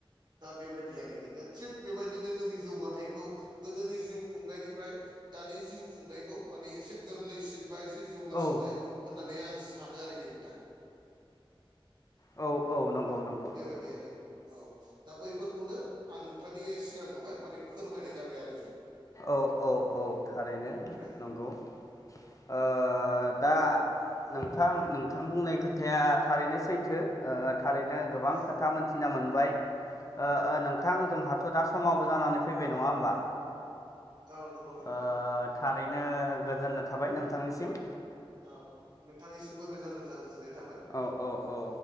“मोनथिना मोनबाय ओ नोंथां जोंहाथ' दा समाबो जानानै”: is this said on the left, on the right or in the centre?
Left